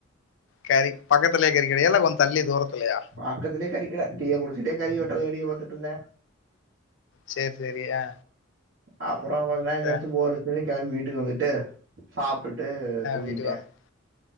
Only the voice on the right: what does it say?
பக்கத்துலே கறி கட டீய குடிச்சிட்டே கறிய வெட்டுறத வேடிக்க பாத்துட்டுருந்தே
அப்பறோ கொஞ்ச நேர கழிச்சு
போரு அடிச்சுன்னு கெளம்பி வீட்டுக்கு வந்துட்டு சாப்ட்டுட்டு தூங்கிட்டே